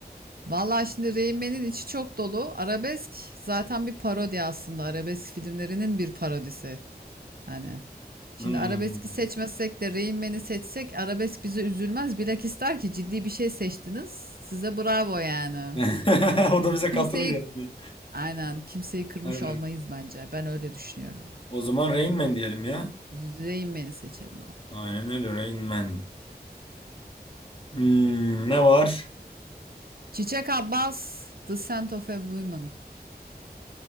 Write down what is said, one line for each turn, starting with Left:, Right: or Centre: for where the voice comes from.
Right: vallahi şimdi Rain Man'in içi çok dolu. Arabesk zaten bir parodi aslında. Arabesk filmlerinin bir parodisi. Hani şimdi
Left: Hmm.
Right: arabeski seçmezsek de Rain Man'i seçsek arabesk bizi üzülmez. Bilakis der ki ciddi bir şey seçtiniz. Size bravo yani.
Left: <laughs> O da bize katılır
Right: Kimseyi
Left: yani.
Right: Aynen kimseyi kırmış
Left: Aynen.
Right: olmayız bence. Ben öyle düşünüyorum.
Left: O zaman Rain Man diyelim ya.
Right: Rain Man'i seçelim abi.
Left: Aynen öyle Rain Man. Hmm, ne var?
Right: Çiçek Abbas, The Scent of a Woman.